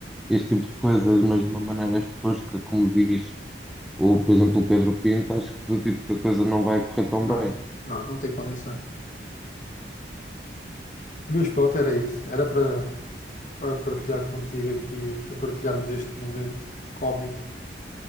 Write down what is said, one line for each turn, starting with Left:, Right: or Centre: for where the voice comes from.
Centre: este tipo de coisas, mas de uma maneira tosca, como diz. O por exemplo, o Pedro Pinto, acho que do tipo que a coisa não vai correr tão
Left: Não,
Centre: bem.
Left: não, não tem condições. Mas pronto, era isso. Era para para partilhar contigo aqui, para partilharmos este momento cómico